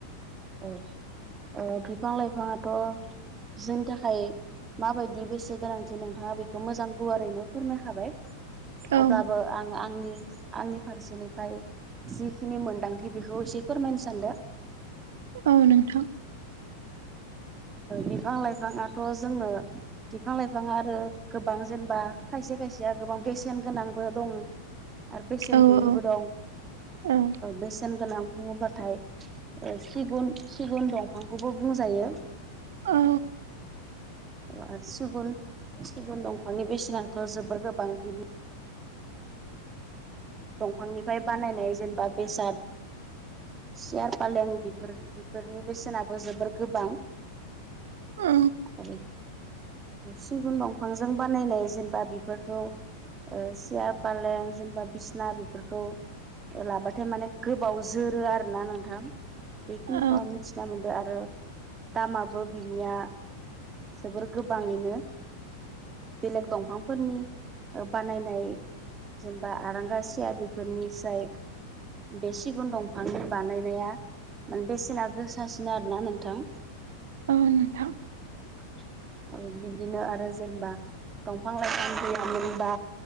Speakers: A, on the right; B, on the right.
A: औ ओ बिफां लाइफाङाथ' जोंनि थाखाय माबायदि बेसे गोनांथि नोंथाङा बेखौ मोजां गुवारैनो फोरमायखाबाय
B: औ
A: अब्लाबो आं आंनि आंनि फारसेनिफ्राय जिखिनि मोनदांथि बेखौ एसे फोरमायनो सानदों
B: औ नोंथां
A: बिफां लाइफाङाथ' जोङो बिफां लाइफां आरो गोबां जेनेबा खायसे खायसेया गोबां बेसेन गोनांबो दं आरो बेसेन
B: औ
A: गैयिबो
B: औ
A: दं
B: औ
A: बेसेन गोनां बुङोबाथाय सिगुन सिगुन दंफांखौबो बुंजायो
B: औ
A: आरो सिगुन सिगुन दंफांनि बेसेनाथ' जोबोर गोबां बिनो दंफांनिफ्राय बानायनाय जेनेबा बेसाद सियार फालें बेफोर बेफोरनि बेसेनाबो जोबोर गोबां
B: औ
A: आरो सिगुन दंफांजों बानायनाय जेनेबा बेफोरखौ सियार फालें जेनेबा बि ना बेफोरखौ लाबाथाय माने गोबाव जोरो आरोना नोंथां बेखिनिखौ
B: औ
A: आं मिथिना मोन्दों आरो दामाबो बिनिया जोबोर गोबाङैनो बेलेग दंफांफोरनि बानायनाय जेनेबा आरां गा सिया बेफोरनिफ्राय बे सिगुन दंफांनि बानायनाया माने बेसेना गोसासिन आरोना नोंथां
B: ओ नोथां
A: <inaudible> ओ बिदिनो आरो जेनेबा दंफां लाइफां गैयामोनबा